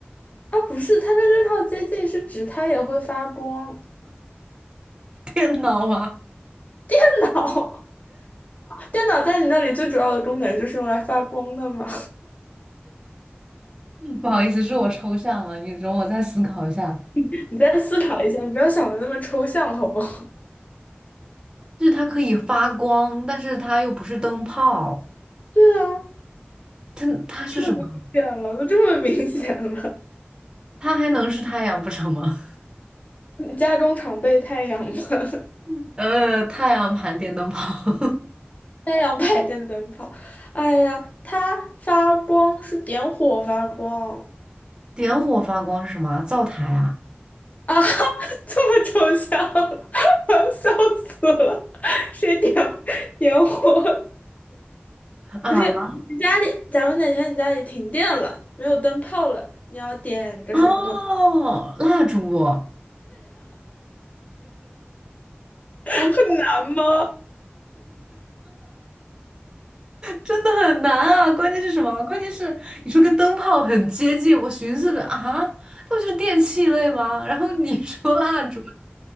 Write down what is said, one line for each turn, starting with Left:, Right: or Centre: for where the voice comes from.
Left: 啊不是，它的这套接近是指它也会发光。
Right: 电脑吗？
Left: <laughs> 老。电脑在你那里最主要的功能就是用来发光的嘛
Right: <laughs> 嗯不好意思，是我抽象了，你容我再思考一下。
Left: <laughs>。你再思考一下，你不要想的那么抽象，好不好？
Right: 就是它可以发光，但是它又不是灯泡，
Left: <laughs> 对啊，
Right: 它它是什么？
Left: 这么明显了，都这么明显了。
Right: 它还能是太阳不成吗？
Left: 你家中常备太阳吗？<laughs>
Right: <laughs> 呃，太阳盘电灯泡，
Left: 太阳牌电灯泡，哎呀，它发光是点火发光
Right: <laughs> 点火发光是什么啊灶台啊
Left: 啊，<laughs> 这么抽象，<laughs> 我要笑死了。谁点点火？
Right: 啊
Left: 不是你家里，假如哪天你家里停电了，没有灯泡了，你要点个什么东
Right: 哦，蜡烛。
Left: 很难吗？
Right: <laughs> 真的很难啊！关键是什么？关键是你说跟灯泡很接近，我寻思着啊，那不就是电器类吗？然后你说蜡烛，